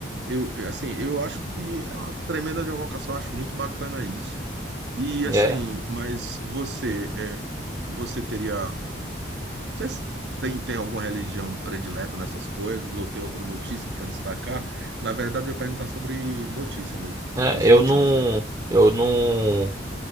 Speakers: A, on the right; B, on the right.
A: eu, assim, eu acho que é uma tremenda de uma vocação, eu acho muito bacana isso. E
B: É.
A: assim, mas você, é, você teria, você tem, tem alguma religião predileta nessas coisas, ou tem outra notícia para destacar? Na verdade, eu ia perguntar sobre notícia mesmo,
B: É,
A: as
B: eu
A: últimas,
B: não.
A: né?
B: Eu não.